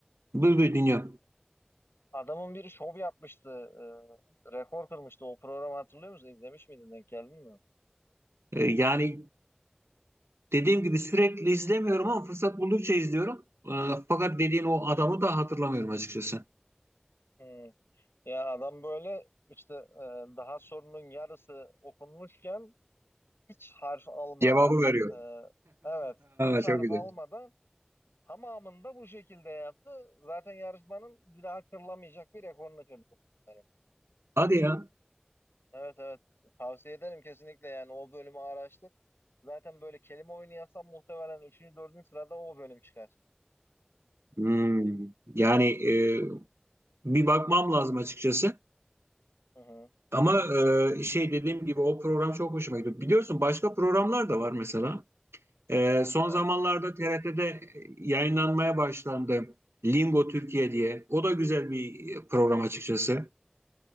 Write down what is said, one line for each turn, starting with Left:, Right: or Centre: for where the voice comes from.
Right: Buyur buyur dinliyorum.
Left: Adamın biri şov yapmıştı. e, rekor kırmıştı. O programı hatırlıyor musun? İzlemiş miydin? Denk geldin mi?
Right: Ee, Yani Dediğim gibi sürekli izlemiyorum ama fırsat buldukça izliyorum. Ee, Fakat dediğin o adamı da hatırlamıyorum açıkçası.
Left: Hmm. Ya adam böyle işte e, daha sorunun yarısı okunmuşken hiç harf almadan
Right: Cevabı veriyor.
Left: e, evet hiç
Right: <laughs>
Left: harf
Right: Çok güzel.
Left: almadan tamamında bu şekilde yaptı. Zaten yarışmanın bir daha kırılamayacak bir rekorunu kırdı. Yani,
Right: Hadi ya.
Left: Evet evet tavsiye ederim kesinlikle yani o bölümü araştır. Zaten böyle kelime oyunu yazsam muhtemelen 3. 4. sırada o bölüm çıkar.
Right: Hmm. Yani e, bir bakmam lazım açıkçası.
Left: Hı hı.
Right: Ama e, şey dediğim gibi o program çok hoşuma gidiyor. Biliyorsun başka programlar da var mesela. E, son
Left: Evet.
Right: zamanlarda TRT'de yayınlanmaya başlandı. Lingo Türkiye diye. O da güzel bir program açıkçası.